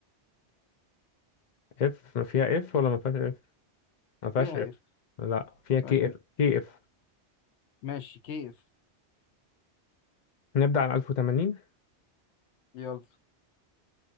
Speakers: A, on the left; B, on the left.
A: <laughs> اف ما فيها اف ولا ما فيهاش اف ما فيهاش
B: فيها
A: اف
B: اف
A: لا فيها كي
B: باشا
A: اف
B: F.
A: كي اف
B: ماشي كيف
A: نبدأ على 1080
B: يلا